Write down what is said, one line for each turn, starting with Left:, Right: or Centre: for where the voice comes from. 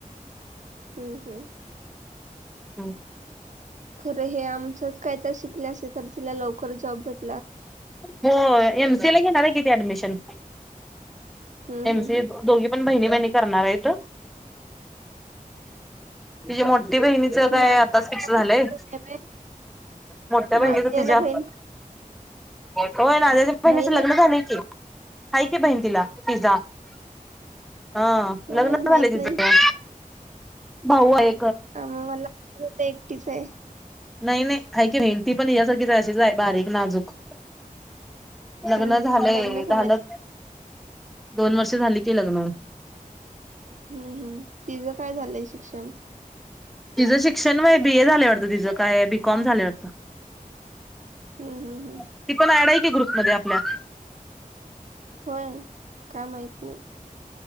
Right: हम्म हम्म
Centre: हम्
Right: खरं हे आमचंच काही तर शिकले असेल तर तिला लवकर जॉब भेट
Centre: हो एमसी ला घेणार किती ऍडमिशन
Right: हं,
Centre: एम
Right: हं,
Centre: सी
Right: हं.
Centre: दोघी पण बहिणी ब आहे ी बहिणीच काय
Right: नाझियाला
Centre: आताच फिक्स झालंय
Right: बहीण पण आहे व्हय?
Centre: मोठ्या बहिणीचा
Right: नाझियाला
Centre: तिझ्या
Right: बहीण
Centre: हो ना बहिणीचं
Right: बहीण
Centre: लग्न
Right: आहे
Centre: झालंय की हाय के बहीण तिला पिझ्झा हा
Right: होय
Centre: लग्न
Right: माहित
Centre: झाले तिथं
Right: नाही
Centre: भाऊ आहे
Right: आम्हा- मला आज हो एकटीच आहे
Centre: नाही नाही ऐ की मेहनती पण यासारखीच अशीच आहे बारीक नाजूक लग्न
Right: हम्म
Centre: झालंय
Right: हम्म लग्न झालंय
Centre: ल दोन वर्ष झाली की लग्न
Right: हम् हम्म तिझं काय झालंय शिक्षण
Centre: तिझं शिक्षण व बी ए झाल्यावरतं तिचं काय बीकॉम झाल्यावरतं
Right: हम्म हम्म हम्म
Centre: ती पण डय की ग्रुप मध्ये आपल्या
Right: होय काय माहत नाही